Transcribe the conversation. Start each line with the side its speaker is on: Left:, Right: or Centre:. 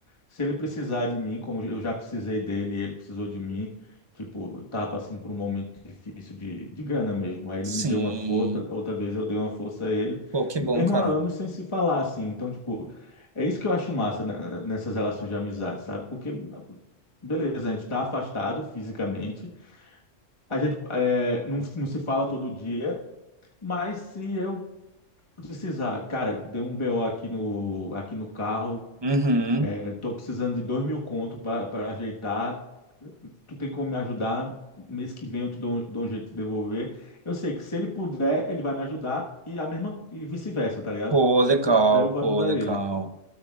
Left: se ele precisar de mim, como eu já precisei dele, ele precisou de mim, tipo, eu tava passando por um momento difícil de, de grana mesmo. Aí ele
Right: Sim.
Left: me deu uma força, outra vez eu dei uma força a ele,
Right: Pô, que
Left: mesmo
Right: bom, cara.
Left: há anos sem se falar assim. Então, tipo, é isso que eu acho massa né, nessas relações de amizade, sabe? Porque Beleza, a gente tá afastado fisicamente, a gente é, não, não se fala todo dia, mas se eu precisar, cara, deu um BO aqui no, aqui no carro,
Right: Uhum.
Left: é, tô precisando de dois mil conto para ajeitar. Tu tem como me ajudar? Mês que vem eu te dou, um dou um jeito de devolver. Eu sei que se ele puder, ele vai me ajudar e a mesma e vice-versa, tá ligado?
Right: Pô,
Left: Se
Right: legal,
Left: eu puder, eu vou
Right: pô,
Left: ajudar
Right: legal.
Left: ele.